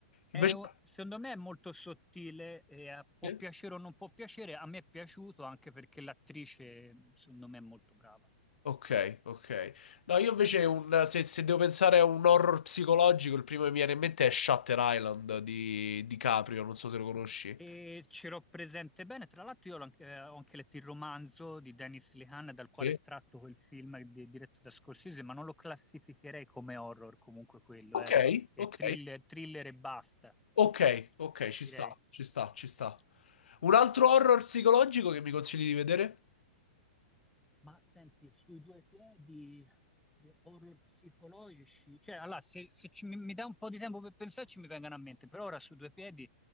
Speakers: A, in the centre; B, on the left (about 80°).
A: È
B: Invece...
A: un- secondo me è molto sottile, e, eh, può
B: eh?
A: piacere o non può piacere, a me è piaciuto anche perché l'attrice, secondo me, è molto brava.
B: Ok, ok. No, io invece un- se, se devo pensare a un horror psicologico, il primo che mi viene in mente è Shutter Island di, di Caprio, non so se lo conosci.
A: E ce l'ho presente bene, tra l'altro io l'ho anche- eh, ho anche, letto il romanzo di Dennis Lehane dal quale
B: Sì.
A: è tratto quel film di- diretto da Scorsese, ma non lo classificherei come horror comunque quello,
B: Ok,
A: eh. È
B: ok.
A: thriller, thriller e basta,
B: Ok, ok, ci
A: direi.
B: sta, ci sta, ci sta. Un altro horror psicologico che mi consigli di vedere?
A: Ma senti, sui due piedi, eh, horror psicologici, cioè, allora, se, se ci- mi, mi dai un po' di tempo per pensarci, mi vengono a mente, però ora su due piedi,